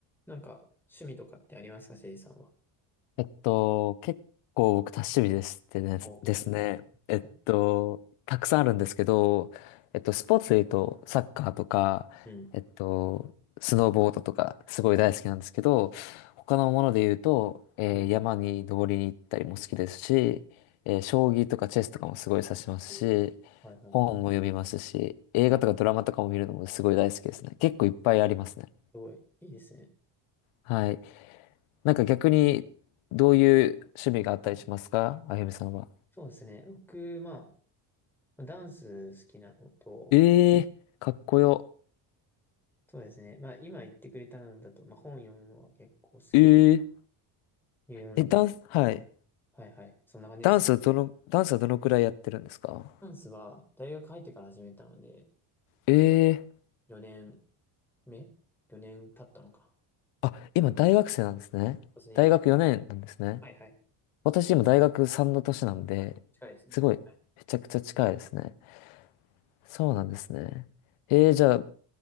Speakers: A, in the centre; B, on the left.
A: なんか、趣味とかってありますか、せいじさんは。
B: えっと、結構僕多趣味ですってね、
A: おー
B: ですね。
A: はいはい。
B: えっと、たくさんあるんですけど、えっと、スポーツで言うと、サッカーとか、
A: うん。
B: えっと、スノーボードとか、すごい大好きなんですけど、
A: はい。
B: 他のもので言うと、えー山に登りに行ったりも好きですし、
A: うん。
B: えー将棋とかチェスとかもすごい指しますし、
A: えー、はいはい。
B: 本も読みますし、映画とかドラマとかも見るのもすごい大好きですね。
A: うん。す
B: 結構いっぱいありますね。
A: ごい。いいですね。
B: はい。なんか逆に、
A: うん。
B: どういう趣味があったりしますかあゆみさんは。
A: はい。そうですね。僕、まあ、ダンス好きなのと、
B: ええーかっこよ。
A: そうですね。まあ、今言ってくれたのだと、まあ、本読むのは結構好きで、
B: ええ
A: 読んでるかな。
B: え、ダンス、はい。
A: はいはい。そんな感じですね。
B: ダンスはどの、ダンスはどのくらいやってるんですか
A: ダンスは、大学入ってから始めたので、
B: ええー
A: 4年目 ?4 年経ったのか。
B: あ、今大学生なんですね。
A: はいそうですね、
B: 大学4年なんですね。
A: 今。はいはい。
B: 私今大学3の年なんで、
A: あ、近いですね。
B: すごい、
A: はい
B: めちゃくちゃ近いですね。そうなんですね。
A: うん。
B: ええじゃあ、